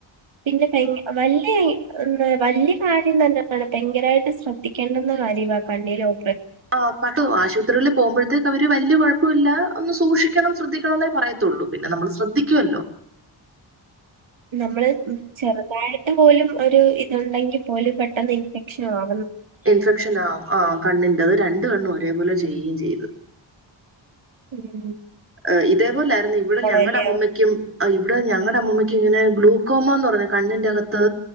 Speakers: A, on the right; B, on the right.
A: പിന്നെ കൈയിഞ്ഞ് വല്യ വല്യ കാര്യം തന്നെയാണ് ഭയങ്കരായിട്ട് ശ്രദ്ധിക്കേണ്ടെന്ന കാര്യമാണ് കണ്ണിലെ ഓ
B: ആ പത്തു ആശുപത്രിൽ പോകുമ്പോഴത്തേക്ക് അവര് വല്യ കൊഴ പ്പല്ല ഒന്ന് സൂക്ഷിക്കണം ശ്രദ്ധിക്കണം എന്നേ പറയത്തുള്ളൂ പിന്നെ നമ്മൾ ശ്രദ്ധിക്കുവല്ലോ
A: നമ്മള് ചെറുതായിട്ട് പോലും ഒരു ഇതുണ്ടെങ്കിൽ പോലും പെട്ടെന്ന് ഇൻഫെക്ഷൻ ആ
B: ഇൻഫെക്ഷൻ ആവും ആ കണ്ണിൻ്റത് രണ്ട് കണ്ണും ഒരേപോലെ ചെ യ്യയും ചെയ്തു
A: മ്
B: ആ ഇതേപോലെ ആയിരുന്നു ഇവിടെ ഞങ്ങടെ
A: അല്ലയോ?
B: അമ്മുമ്മയ്ക്കും ആ ഇവിടെ ഞങ്ങടെ അമ്മുമ്മയ്ക്കും ഇങ്ങനെ ഗ്ലൂക്കോമാന്ന് പറഞ്ഞ് കണ്ണിന്റെകത്ത്